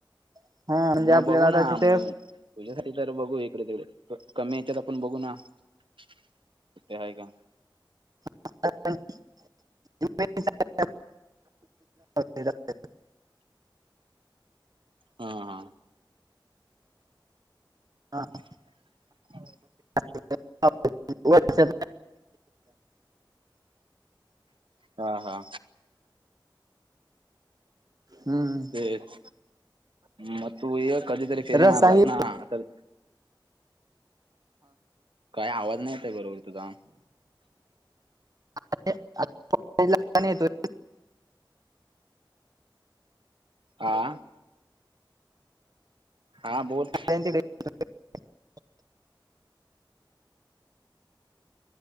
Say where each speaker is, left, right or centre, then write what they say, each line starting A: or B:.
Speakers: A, on the right; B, on the right.
A: हा म्हणजे
B: मग
A: आपल्याला
B: बघू
A: आता
B: ना
A: तिथे
B: मग. तुझ्यासाठी तर बघू इकडे तिकडे कमी याच्यात आपण बघू ना, कुठे आहे का?
A: <inaudible> हा
B: हा हा
A: हां
B: <inaudible>
A: <unintelligible>
B: <inaudible> हा हा
A: हम्म..
B: तेच म तू य कधीतरी फेरी
A: रस्ता
B: मारलास
A: ही
B: ना, तर काय आवाज नाही येतय बरोबर तुझा.
A: <unintelligible> येतोय.
B: <inaudible> आा हा बोल.
A: <unintelligible>